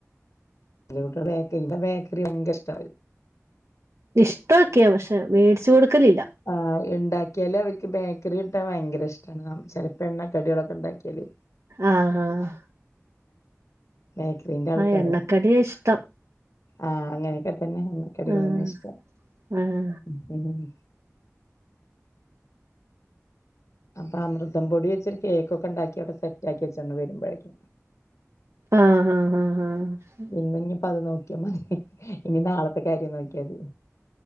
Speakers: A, on the left (about 70°); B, on the right (about 65°).
A: <unintelligible> ഇവടെ ബേക്കറി ഭയങ്കര ഇഷ്ട
B: ഇഷ്ടൊക്കെ പക്ഷെ മേട്ച്ചു കൊടുക്കലില്ല.
A: ആഹ് ഇണ്ടാക്കിയാല് അവർക്ക് ബേക്കറി കിട്ടാൻ ഭയങ്കര ഇഷ്ടാണ്. ചെലപ്പോ എണ്ണ കടികളൊക്കെ ണ്ടാക്കിയാല്.
B: ആഹ് ആഹ്
A: ബേക്കറിന്റെ ആൾക്കാരാ?
B: ആഹ് എണ്ണക്കടിയ ഇഷ്ടം
A: ആഹ് അങ്ങനെക്കെ തന്നെ കടികളന്ന
B: ആഹ്
A: ഇഷ്ട
B: ആഹ്
A: ഉം. അപ്പ അമൃതം പൊടി വെച്ചരു കേക്കൊക്കെ ണ്ടാക്കി അഒടെ സെറ്റ് ആക്കി വെച്ചണ്ട് വരുമ്പഴേക്കും.
B: ആഹ് ആഹ് ആഹ് ആഹ്
A: ഇന്നഞ്ഞിപ്പ അത് നോക്കിയാ മതി ഇനി നാളത്തെ കാര്യം നോക്കിയ തി.